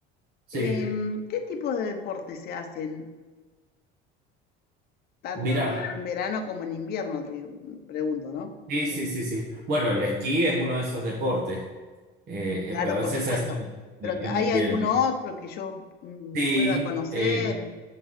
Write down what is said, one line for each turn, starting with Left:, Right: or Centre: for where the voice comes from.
Right: Sí,
Left: Em, ¿qué tipo de deportes se hacen tanto
Right: mirá.
Left: en, en verano como en invierno? Te digo, mm, pregunto, ¿no?
Right: Sí, sí, sí, sí. Bueno, el esquí es uno de esos deportes, eh,
Left: Claro,
Right: eh, pero a veces
Left: por supuesto.
Right: se hace
Left: Pero
Right: en,
Left: que
Right: en
Left: ¿hay
Right: invierno.
Left: alguno otro que yo mm,
Right: Sí,
Left: pueda conocer?
Right: eh,